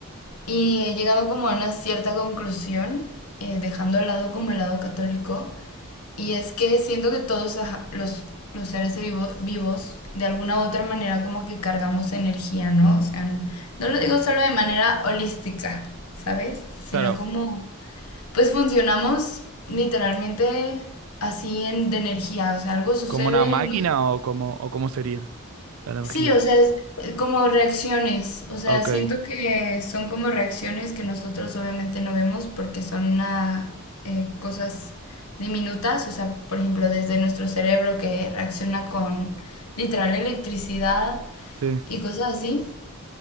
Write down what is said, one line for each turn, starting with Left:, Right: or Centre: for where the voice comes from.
Left: y he llegado como a una cierta conclusión, eh, dejando al lado como el lado católico, y es que siento que todos los, los seres vivos vivos, de alguna u otra manera, como que cargamos energía, ¿no? O sea, no lo digo solo de manera holística, ¿sabes? Sino
Right: claro.
Left: como, pues funcionamos literalmente así en, de energía, o sea, algo sucede,
Right: ¿Como una máquina
Left: no
Right: o como o cómo sería la energía?
Left: Sí, o sea, es eh, como reacciones, o sea,
Right: Ok,
Left: siento que son como reacciones que nosotros obviamente no vemos porque son ah, eh, cosas diminutas, o sea, por ejemplo, desde nuestro cerebro que reacciona con literal electricidad
Right: sí.
Left: y cosas así.